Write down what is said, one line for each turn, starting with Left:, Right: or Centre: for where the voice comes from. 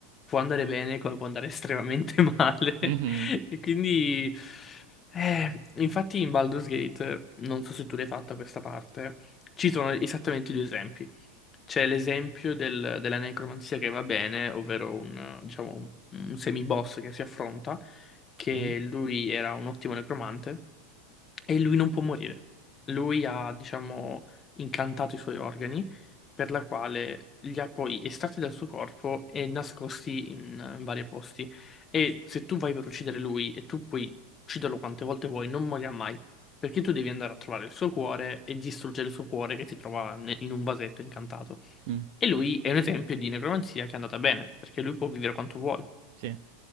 Left: può andare bene come può andare estremamente <laughs> male.
Right: Mhm,
Left: E quindi, eh, infatti in Baldur's Gate, non so se tu l'hai fatta questa parte, ci sono esattamente due esempi. C'è l'esempio del- della necromanzia che va bene, ovvero un, diciamo, un un semiboss che si affronta, che
Right: Ok.
Left: lui era un ottimo necromante e lui non può morire. Lui ha, diciamo, incantato i suoi organi, per la quale li ha poi estratti dal suo corpo e nascosti in, in vari posti. E se tu vai per uccidere lui e tu puoi ucciderlo quante volte vuoi, non morirà mai. Perché tu devi andare a trovare il suo cuore e distruggere il suo cuore che si trova ne- in un vasetto incantato.
Right: Mm,
Left: E lui è un esempio di necromanzia che è andata bene, perché lui può vivere quanto vuole.
Right: sì.